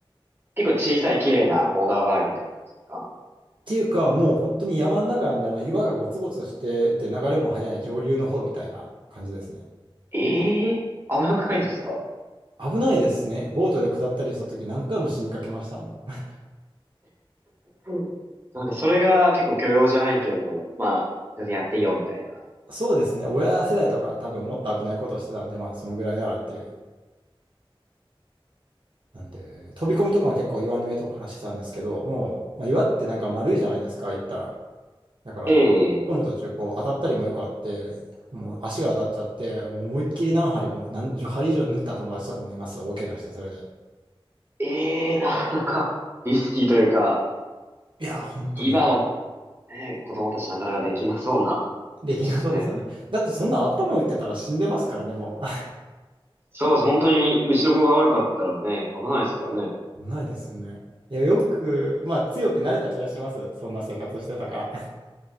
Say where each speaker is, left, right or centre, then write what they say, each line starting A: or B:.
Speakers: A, on the right (about 25°); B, on the right (about 55°).
A: 結構小さい綺麗な小川があるみたいな感じですか
B: っていうか、もう本当に山の中なんで、あの岩がゴツゴツしてて、流れも速い上流の方みたいな感じですね。
A: ええ甘くないですか
B: 危ないですね。ボートで下ったりした時何回も死にかけましたもん。
A: うん。なんかそれが結構許容じゃないけれども、まあ、全然やっていいよみたいな。
B: <laughs> そうですね。親世代とか多分もっと危ないことをしてたんで、まあそのぐらいならっていう。なんで、飛び込みとかも結構岩の上とかからしてたんですけど、もう、まあ、岩ってなんか丸いじゃないですか、行ったら。だから、
A: ええ、
B: 引っ込む途中、こう、当たったりもよくあって、もう足が当たっちゃって、もう思いっきり何針も、何十針以上縫った友達とかもいます。大怪我して、それで。
A: ええ、なかなかリスキーというか、
B: いや、本当に。
A: 今の、ね、子供たちなかなかできなそうな感
B: できなそうですよね。
A: じですね。
B: だってそんな頭打ってたら死んでますからね、もう。
A: そうです。本当に、うちの子が悪かったらね、危ないですからね。
B: <laughs> ないですよね。いや、よく、まあ強くなれた気がします。そんな生活してたから。<laughs>